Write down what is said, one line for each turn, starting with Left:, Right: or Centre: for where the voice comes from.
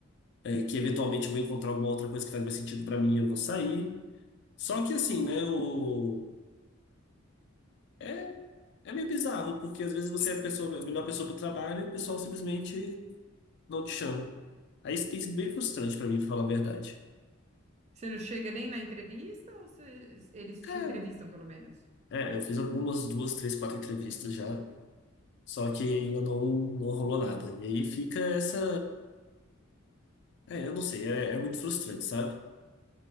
Left: é, que eventualmente eu vou encontrar alguma outra coisa que faz mais sentido pra mim, eu vou sair. Só que assim, né, o... é, é meio bizarro, porque às vezes você é a pessoa, a melhor pessoa pro trabalho e o pessoal simplesmente não te chama. Aí isso tem sido bem frustrante pra mim, pra falar a verdade.
Right: Você não chega nem na entrevista ou você- eles
Left: Cara,
Right: te entrevistam pelo menos?
Left: é, eu fiz algumas, duas, três, quatro entrevistas já, só que ainda não, não rolou nada. E aí fica essa. É, eu não sei, é, é muito frustrante, sabe?